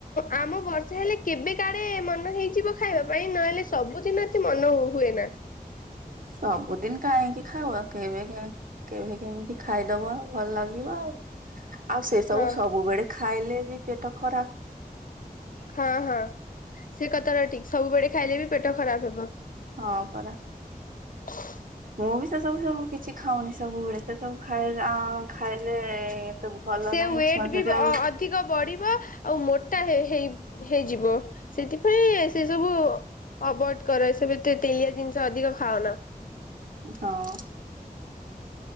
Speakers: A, on the left; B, on the right.
A: ଆମ ବର୍ଷା ହେଲେ କେବେ କାଡେ ମନ ହେଇଯିବ, ଖାଇବା ପାଇଁ ନହେଲେ ସବୁଦିନ ଏତେ ମନ ହୁଏ ନା
B: ସବୁଦିନ କାହିଁକି ଖାଇବ କେବେ କେମି କେବେ କେମିତି ଖାଇଦବ ଆଉ ଭଲ ଲାଗିବ ଆଉ। ଆଉ ସେ ସବୁ
A: ହଁ
B: ସବୁବେଳେ ଖାଇଲେ ବି ପେଟ ଖରାପ
A: ହଁ ହଁ ସେ କଥାର ଠିକ, ସବୁବେଳେ ଖାଇଲେ ବି ପେଟ ଖରାପ ହେବ।
B: ହଁ ପରା।
A: <inaudible>
B: ମୁଁ ବି ସେସବୁ ସବୁ କିଛି ଖାଉନି ସବୁବେଳେ ସେ ସବୁ ଖାଇଲେ ଆଁ ଖାଇଲେ ତ ଭଲ
A: ସେ
B: ନାହିଁ
A: ୱେଟ
B: ଛୁଆ
A: ବି
B: ଯଦି
A: ଅ-ଅଧିକ
B: ଆଉ
A: ବଢିବ ଆଉ ମୋଟା ହେଇ ହେଇ ହେଇଯିବ ସେଥିପାଇଁ ସେ ସବୁ ଅଭଏଡ କର ସେ ତେ ତେଲିଆ ଜିନିଷ ଅଧିକ ଖାଅନା।
B: ହଁ।